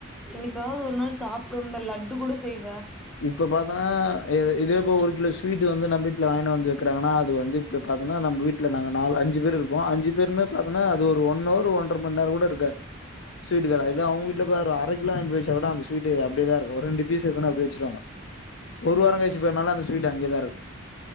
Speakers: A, in the centre; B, on the left.
A: என்னிக்காவது ஒ ன்னா சாப்டும் இந்த லட்டு கூட செய்வ
B: இப்போ பாத்தன்னா இத இதே இப்ப ஒரு கிலோ ஸ்வீட் வந்து நம்பி ட்ல வாயிண்னு வந்து வெக்குறாங்கனா அது வந்து இப்ப பாத்தனா நம்ப வீட்ல நாங்க நாலு அஞ்சு பேரு இருப்போம் அஞ்சி பேருமே பாத்தோன்னா அது ஒரு ஒன் ஹவர் ஒன்றரை மணி நேரம் கூட இருக்காது ஸ்வீட் இருக்காது அ இத்தா அவுங்க வீட்ல பாரு அரகிலோ வாயிண் போயி வச்சா கூட அந்த ஸ்வீட்டு அப்டியே தான் இருக்கும் ரெண்டு பீஸ் எத்துன்னு அப்டியே வெச்சிருவாங்க ஒரு வாரோ கழிச்சு பார் நல்லா இருந்துச்சு ஸ்வீட் அங்கயேதாருக்கும்